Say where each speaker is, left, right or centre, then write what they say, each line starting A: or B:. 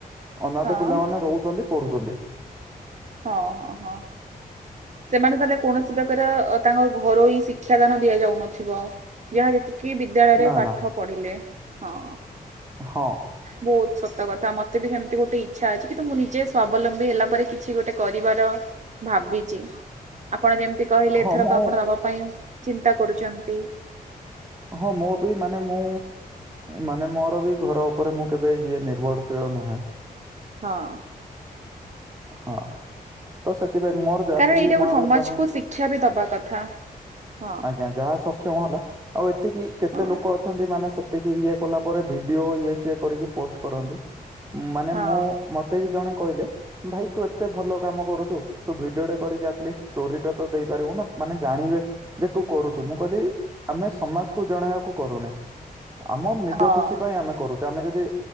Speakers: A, on the right; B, on the right.
A: ଅନାଥ
B: ହଁ
A: ପିଲାମାନେ ରହୁଚନ୍ତି ପଢ଼ୁଚନ୍ତି।
B: ହଁ ହଁ ହଁ। ସେମାନେ ତାଏଲେ କୌଣସି ପ୍ରକାର ତାଙ୍କ ଘରୋଇ ଶିକ୍ଷା ଦାନ ଦିଆଯାଉନଥିବ ଯାଆ ଯେତିକି କି ବିଦ୍ୟାଳୟରେ
A: ନା
B: ପାଠ
A: ନା
B: ପଢ଼ିଲେ ହଁ।
A: ହଁ
B: ବୋହୁତ ସତ କଥା ମତେ ବି ସେମିତି ଗୋଟେ ଇଚ୍ଛା ଅଛି କିନ୍ତୁ ମୁଁ ନିଜେ ସ୍ୱାବଲମ୍ବୀ ହେଲା ପରେ କିଛି ଗୋଟେ କରିବାର ଭାବିଚି ଆପଣ ଯେମିତି କହିଲେ
A: ହଁ
B: ଏଥରକ
A: ମୁଁ
B: ଆପଣ ପାଇଁ ଚିନ୍ତା କରୁଚନ୍ତି।
A: ହଁ ମୁଁ ବି ମାନେ ମୁଁ ମାନେ ମୋର ବି ଘର ଉପରେ ମୁଁ କେବେ ଇଏ ନିର୍ଭରଶୀଳ ନୁହେଁ।
B: ହଁ।
A: ହଁ ତ ସେଥିପାଇଁ ମୋର ଜାତି
B: କାରଣ ଏଇଟା
A: ମୋର
B: ଗୋଟେ ସମାଜକୁୁ
A: ଯାହା
B: ଶିକ୍ଷା ବି ଦବା କଥା, ହଁ।
A: ଆଜ୍ଞା ଯାହା ସକ୍ଷମ ହେଲା ଆଉ ଏତିକି କେତେ
B: ହଁ।
A: ଲୋକ ଅଛନ୍ତି ମାନେ ସେତିକି ଇଏ କଲା ପରେ ଭିଡ଼ିଓ ଇଏ ସିଏ କରିକି ପୋଷ୍ଟ କରନ୍ତି ମାନେ
B: ହଁ
A: ମୁଁ ମତେ ବି ଜଣେ କହିଲେ ଭାଇ ତୁ ଏତେ ଭଲ କାମ କରୁଚୁ ତୁ ଭିଡିଓଟେ କରିକି ଆଟଲିଷ୍ଟ ଷ୍ଟୋରିଟା ତ ଦେଇପାରିବୁ ନା ମାନେ ଜାଣିବେ ଯେ ତୁ କରୁଚୁ ମୁଁ କହିଲି ଆମେ ସମାଜକୁୁ ଜଣେଇବାକୁ କରୁନେ। ଆମର ନିଜ
B: ହଁ
A: ଖୁସି ପାଇଁ ଆମେ କରୁଚେ ଆମେ ଯଦି